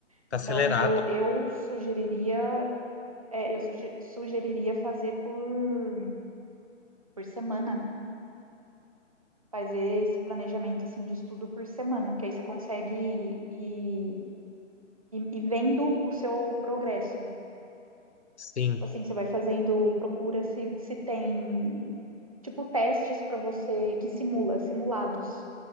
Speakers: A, on the left; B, on the right.
A: Tá
B: Então,
A: acelerado.
B: eu, eu sugeriria, é, eu suge- sugeriria fazer por, por semana, fazer esse planejamento assim de estudo por semana, que aí você consegue ir, ir, ir vendo o seu progresso.
A: Sim.
B: Tipo assim, você vai fazendo, procura se, se tem, tipo, testes para você que simula, simulados.